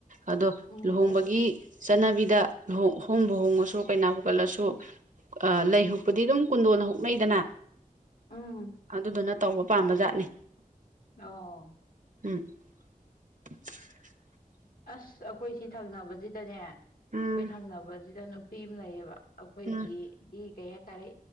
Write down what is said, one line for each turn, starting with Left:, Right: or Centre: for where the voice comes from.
Right: ꯑꯗꯣ
Left: ꯎꯝ
Right: ꯂꯨꯍꯣꯡꯕꯒꯤ ꯆꯠꯅꯕꯤꯗ ꯂꯨꯍꯣꯡ ꯍꯣꯡꯕ ꯍꯣꯡꯉꯁꯨ ꯀꯩꯅꯕꯨ ꯀꯠꯂꯁꯨ ꯂꯩꯪ ꯍꯨꯛꯄꯗꯤ ꯑꯗꯨꯝ ꯀꯨꯟꯗꯣꯟꯅ ꯍꯨ ꯃꯩꯗꯅ
Left: ꯎꯝ
Right: ꯑꯗꯨꯗꯨꯅ ꯇꯧꯕ ꯄꯥꯝꯕ ꯖꯥꯠꯅꯤ
Left: ꯑꯣ
Right: ꯎꯝ <inaudible>
Left: ꯑꯁ ꯑꯩꯈꯣꯏ ꯁꯤ ꯊꯪꯅꯕꯁꯤꯗꯅꯦ ꯑꯩꯈꯣꯏ
Right: ꯎꯝ
Left: ꯊꯪꯅꯕ ꯁꯤꯗ ꯅꯨ ꯄꯤ ꯑꯃ ꯂꯩꯏꯌꯦꯕ ꯑꯩꯈꯣꯏꯒꯤꯗꯤ
Right: ꯎꯝ
Left: ꯀꯩ ꯍꯥꯏ ꯇꯔꯦ